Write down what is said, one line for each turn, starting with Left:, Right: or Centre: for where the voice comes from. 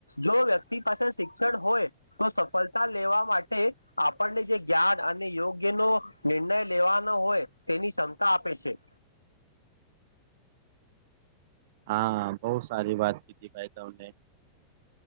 Left: જો વ્યક્તિ પાસે શિક્ષણ હોય તો સફળતા લેવા માટે આપણ. જે જ્ઞાન અને યોગ્ય નો નિર્ણય લેવાનો હોય તેની ક્ષમતા આપે તે
Right: હા બઉં સારી વાત કીધી ભાઈ તમને